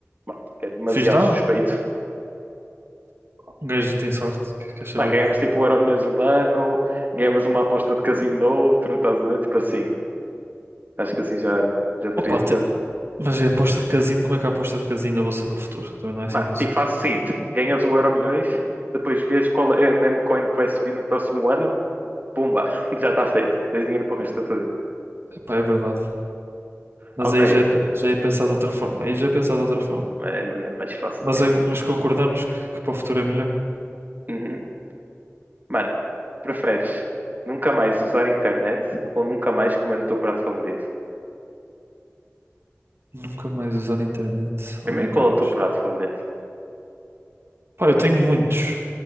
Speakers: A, on the right (about 35°); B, on the right (about 55°).
A: Mano, porque é demasiado
B: fiz nada.
A: suspeito.
B: Um gajo tem sorte. que- Quer saber
A: Mano,
B: o
A: ganhavas
B: que.
A: tipo
B: é.
A: um euro milhões um ano, ganhavas uma aposta de casino no outro, estás a ver? Tipo assim. Acho que assim já, já terias
B: Opa,
A: melhor.
B: te- mas é aposta de casino. Como é que é a aposta de casino eu vou saber o futuro? Também não é assim
A: Mano,
B: que consigo.
A: tipo, faz o seguinte: ganhas o euro milhões, depois vês qual é a meme coin que vai subir no próximo ano, pumba, <laughs> já está feito. Tens dinheiro para o resto da tua vida.
B: Epá, é verdade. Mas
A: Ok,
B: aí já é, pe- já é pensado de outra forma. Aí já é pensado de outra forma.
A: mano, é a maneira mais fácil
B: Mas,
A: de ganhar
B: aí-
A: dinheiro.
B: mas concordamos que, que para o futuro é melhor.
A: Uhum. Mano, preferes nunca mais usar internet ou nunca mais comer o teu prato favorito?
B: Nunca mais usar a internet.
A: Primeiro,
B: Ou nunca
A: qual
B: mais.
A: é o teu prato favorito?
B: Pá, eu tenho muitos.